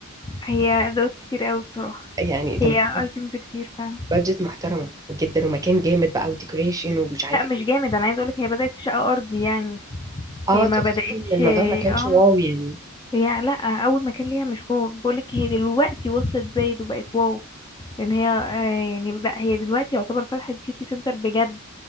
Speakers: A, on the left; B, on the right.
A: هي ادوات كتير قوي بصراحة
B: يعني ده
A: هي
B: محتاج
A: ايتمز كتير فعلا
B: بادجت محترمة جدا ومكان جامد بقى وديكوريشن ومش عارف
A: لا مش
B: ايه
A: جامد انا عايزة اقولك هي بدأت في شقة ارضي يعني
B: اه
A: هي ما
B: تقصدي
A: بدأتش
B: ان الموضوع ما كانش
A: اه
B: واو يعني
A: هي لا اول مكان ليها مش هو بقولك هي دلوقتي وصلت زايد وبقت واو لان هي آه يعني لا هي دلوقتي يعتبر فتحت بيوتي سنتر بجد